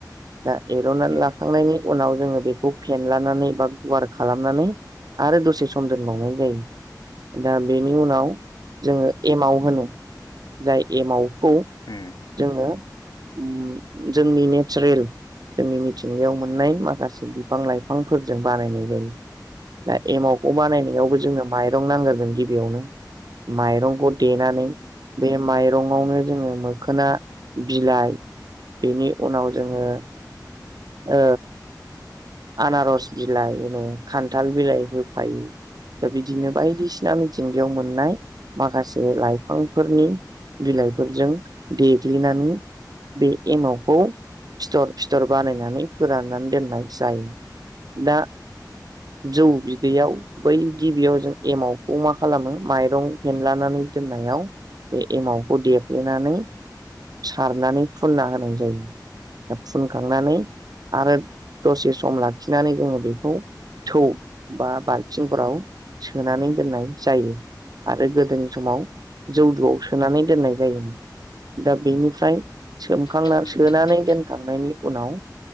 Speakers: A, on the right; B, on the left.
A: दा एर'नानै
B: ए
A: लाखांनायनि उनाव जोङो बेखौ फेनलानानै बा गुवार खालामनानै आरो दसे सम दोनबावनाय जायो दा बेनि उनाव जोङो एमाव होनो जाय एमावखौ
B: जोंनियाथ'
A: जोङो उम जोंनि नेट चारेल जोंनि मिथिंगायाव मोननाय माखासे बिफां लाइफांफोरजों बानायनाय जायो। दा एमावखौ बानायनायावबो जोंनो माइरं नांगारगोन गिबियावनो माइरंखौ देनानानै बे माइरंआवनो जोङो मोखोना बिलाइ बेनि उनाव जोङो ओ आनारस बिलाइ होनो खान्थाल बिलाइ होफायो दा बिदिनो बायदिसिना मिथिंगायाव मोननाय माखासे लाइफांफोरनि बिलाइफोरजों देग्लिनानै बे एमावखौ फिथर फिथर बानायनानै फोराननानै दोननाय जायो दा जौ बि दैयाव बै गिबियाव जों एमावखौ मा खालामो माइरं फेनलानानै दोननायाव बे एमाउन्टखौ देफ्लेनानै सारनानै फुनना होनाय जायो फुनखांनानै आरो दसे सम लाखिनानै जोङो बेखौ थौ बा बाल्थिंफोराव सोनानै दोननाय जायो आरो गोदोनि समाव जौदुआव सोनानै दोननाय जायोमोन दा बेनिफ्राय सोमखांना
B: बिदिनो
A: सोनानै दोनखांनायनि उनाव